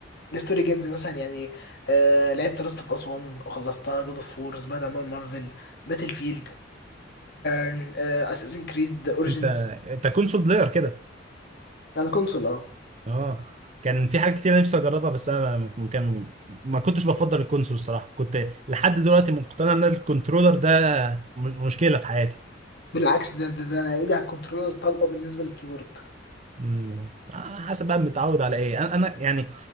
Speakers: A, on the left; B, on the right.
A: الستوري جيمز مثلا يعني أه لعبت لاست اوف اس 1 وخلصتها جود اوف وور سبايدر مان مارفل باتل فيلد اساسن كريد اوريجينز
B: أنت أنت كونسول بلاير كده
A: على كونسول اه
B: أه كان في حاجات كتير نفسي أجربها بس أنا ما ما- كان ما كنتش بفضل الكونسول الصراحة كنت لحد دلوقتي مقتنع إن الكنترولر ده م- مشكلة في حياتي
A: بالعكس ده ده, ده انا ايدي على الكنترولر طلقه بالنسبه للكيبورد
B: مم. آه، حسب بقى متعود على إيه أنا أنا يعني